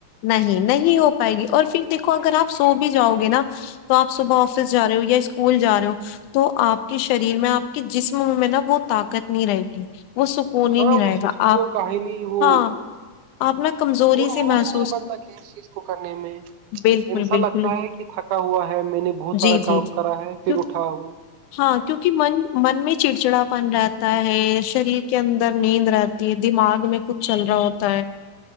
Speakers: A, on the left (about 85°); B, on the right (about 85°).
A: نہیں نہیں ہو پائے گی اور پھر دیکھو اگر آپ سو بھی جاؤ گے نا تو آپ صبح آفس جا رہے ہو یا اسکول جا رہے ہو تو آپ کے شریر میں آپ کے جسم میں نا وہ طاقت نہیں رہے گی وہ سکھ کو نہیں
B: ہاں
A: رہے
B: وہ سستی
A: گا آپ
B: اور کاہلی وہ
A: ہاں آپ نا کمزوری
B: اور
A: سے
B: موڈ
A: محس
B: ہی نہیں بنتا کس چیز کو کرنے میں
A: بالکل
B: انسا
A: بالکل
B: لگتا ہے کہ تھکا ہوا ہے میں نے بہت سارا
A: جی جی
B: کام
A: جی
B: کرا ہے پھر
A: کیوں
B: اٹھا ہوں
A: ہاں کیونکہ من من میں چڑچڑا پن رہتا ہے شریر کے اندر نیند رہ تی دماغ میں کچھ چل رہا ہوتا ہے